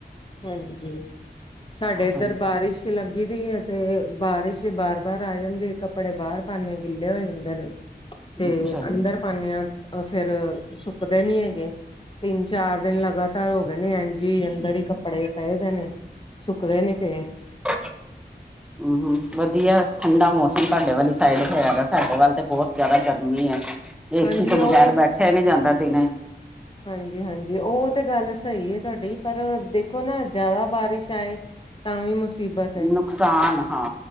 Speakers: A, on the left (about 30°); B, in the centre.
A: ਹਾਂਜੀ, ਸਾਡੇ
B: ਹਾਂਜੀ
A: ਇੱਧਰ ਬਾਰਿਸ਼ ਲੱਗੀ ਦੀ ਹੈ, ਤੇ ਬਾਰਿਸ਼ ਬਾਰ, ਬਾਰ ਆ ਜਾਂਦੀ ਕੱਪੜੇ ਬਾਹਰ ਪਾਉੇ ਗਿੱਲੇ ਹੋ ਜਾਂਦੇ ਨੇ।
B: <inaudible>
A: ਤੇ
B: ਜੀ
A: ਅੰਦਰ ਪਾਦੇ ਹਾ ਫੇਰ ਸੁੱਕਦੇ ਨੀ ਹੈਗੇ। ਤਿੰਨ ਚਾਰ ਦਿਨ ਲਗਾਤਾਰ ਹੋ ਗਏ ਨੇ ਐਂਜ ਹੀ ਅੰਦਰ ਹੀ। ਕੱਪੜੇ ਪਏ ਦੇ ਨੇ ਸੁੱਕਦੇ ਨੀ ਪਏ।
B: <inaudible> ਹਮ, ਹਮ ਵਧੀਆ ਠੰਡਾ ਮੌਸਮ ਤੁਹਾਡੇ ਵਾਲੀ ਸਾਈਡ ਹੈਇਆ ਦਾ। ਸਾਡੇ ਵੱਲ ਤੇ ਬਹੁਤ ਜ਼ਿਆਦਾ ਗਰਮੀ ਆ ਏਸੀ
A: ਹਾਂਜੀ
B: ਤੋਂ
A: ਉਹ
B: ਬਗੈਰ ਬੈਠਿਆ ਹੀ ਨਹੀਂ ਜਾਂਦਾ ਦਿਨੇ।
A: ਹਾਂਜੀ, ਹਾਂਜੀ ਉਹ ਤੇ ਗੱਲ ਸਹੀ ਹੈ, ਤੁਹਾਡੀ ਪਰ ਦੇਖੋ ਨਾ ਜ਼ਿਆਦਾ ਬਾਰਿਸ਼ ਆਏ। ਤਾਂ ਵੀ ਮੁਸੀਬਤ ਹੈ
B: ਨੁਕਸਾਨ ਹਾਂ